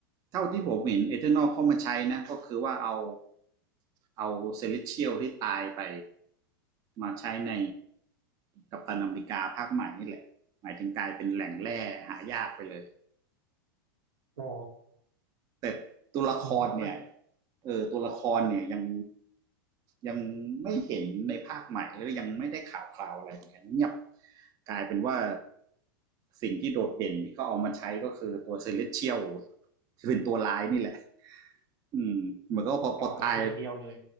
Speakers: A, on the right (about 30°); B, on the right (about 85°).
A: เท่าที่ผมเห็นเอเทอร์นอเข้ามาใช้นะก็คือว่าเอาเอาเซเลเชี a ลที่ตายไปมาใช้ในกัปตันอเมริกาภาคใหม่นี่แหละหมายถึงกลายเป็นแหล่งแร่หายากไปเลย
B: อ๋อ
A: แต่ตัวละครเนี่ย
B: เออผมก็
A: เออตัวละครเนี่ยยังยังไม่เห็นในภาคใหม่หรือยังไม่ได้ข่าวคราวอะไรเหมือนกันเงียบกลายเป็นว่าสิ่งที่โดดเด่นที่เขาเอามาใช้ก็คือตัวเซเลสเชียลที่เป็นตัวร้ายนี่แหละ อืมเหมือนก็พอพอตาย
B: อ๋ออย่างเดียวเลย